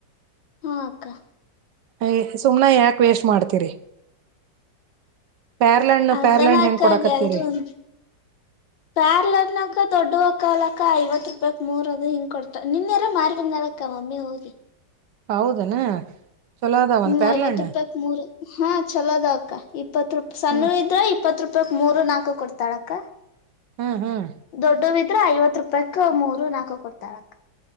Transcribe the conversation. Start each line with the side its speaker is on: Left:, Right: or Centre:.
Left: ಹು ಅಕ್ಕಾ.
Right: ಓಯ್ ಸುಮ್ನೆ ಯಾಕ್ ವೇಸ್ಟ್ ಮಾಡ್ತೀರಿ. ಪ್ಯಾರ್ಲಹಣ್ಣ
Left: ಅದನಾಕ್ಕ
Right: ಪ್ಯಾರ್ಲಹಣ್ಣ ಹೆಂಗ್ ಕೊಡಾಕತ್ತೀರಿ
Left: ಗೆಲ್ರುನ ಪ್ಯಾರಲ ಹಣ್ಣ ಅಕ್ಕಾ ದೊಡ್ಡುವ ಆಕ್. ಕಾಲಕ್ಕ ಐವತ್ ರೂಪಾಯಕ್ ಮೂರ್ ಅದು ಹಿಂಗ್ ಕೊಡ್ತ ನಿನ್ಯರ ಮಾರಿ ಬಂದಾಲ ಅಕ್ಕಾ ಮಮ್ಮಿ ಹೋಗಿ.
Right: ಹೌದನ. ಚಲೋ ಅದಾವನ್
Left: ಹ್ಮ್
Right: ಪ್ಯಾರ್ಲಹಣ್ಣ
Left: ಐವತ್ ರೂಪಾಯಕ್ ಮೂರ. ಹಾ ಛಲೋ ಅದಾವ ಅಕ್ಕಾ ಇಪ್. ಇಪ್ಪತ್ತು ರೂಪ್ ಸನ್ನು
Right: ಹ್ಮ್
Left: ಇದ್ರ ಇಪ್ಪತ್ತು ರೂಪ್. ಪಕ ಮೂರು ನಾಕೂ ಕೊಡ್ತಾಳ ಅಕ್ಕಾ.
Right: ಹ್ ಹ್ಮ್.
Left: ದೊಡ್ದುವ ಇದ್ರ ಐವತ್ ರೂಪಾಯಕ ಮೂರು ನಾಕು ಕೊಡ್ತಾಳ ಅಕ್ಕಾ.